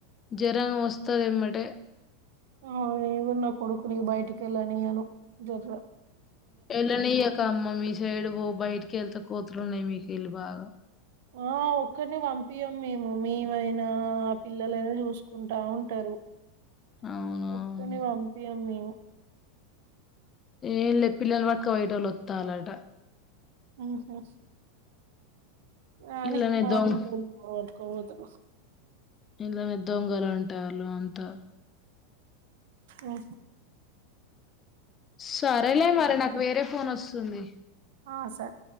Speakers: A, on the left (about 30°); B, on the right (about 70°).
A: జరంగ వస్తది ఎమ్మటే
B: ఆ ఇవన్న కొడుకు న బయటికి ఎలా నయను జర
A: ఎల్ల నియకమ్మ మీ సైడ్ వో బైటిక్ కెళ్తే కోతురున్నాయి మీకెళ్ళి బాగా
B: ఆ ఒక్కరిని పంపి మేము మీవైనా ఆ పిల్లలైనా చూసుకుంటా ఉంటారు
A: అవునవును.
B: ఒక్కే ను పంపియా మే
A: ఏం లే పిల్లల వకు వయటోళ్ళు వస్తా అన్నట
B: ఆఓహా ఆనీ
A: ఇళ్ళనే
B: మాఊడ
A: దొంగ
B: పోవుదు
A: ఇలా మద్దొంగలు అంటే తాలు అంత
B: ఆఓ
A: సరేలే మరి నాకు వేరే ఫన్ వస్తుంది
B: ఆ సార్